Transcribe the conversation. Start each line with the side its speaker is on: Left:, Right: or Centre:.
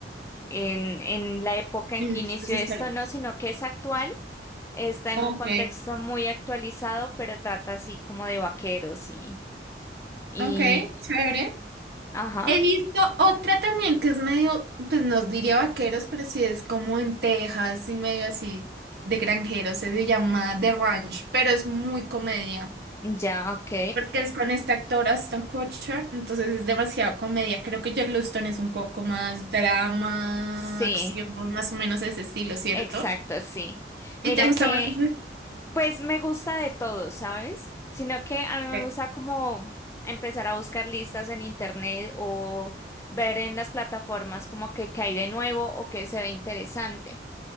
Left: en, en la época
Right: En
Left: en que
Right: hechos
Left: inició
Right: históricos.
Left: esto, no, sino que es actual, está en
Right: Ok,
Left: un contexto muy actualizado, pero trata así como de vaqueros y, y,
Right: ok, chévere.
Left: ajá,
Right: He visto otra también que es medio, pues nos diría vaqueros, pero sí es como en Texas y medio así de granjeros, se llama The Ranch, pero es muy comedia,
Left: ya, ok.
Right: porque es con este actor Aston Kutcher, entonces es demasiado comedia. Creo que Yellowstone es un poco más drama,
Left: Sí,
Right: acción, más o menos ese estilo, ¿cierto?
Left: exacto, sí. Mira
Right: ¿Y te gusta
Left: que
Right: más ese?
Left: Pues me gusta de todo, ¿sabes? Sino que a mí me
Right: Sí.
Left: gusta como empezar a buscar listas en internet o ver en las plataformas como que, qué hay de nuevo o que se ve interesante.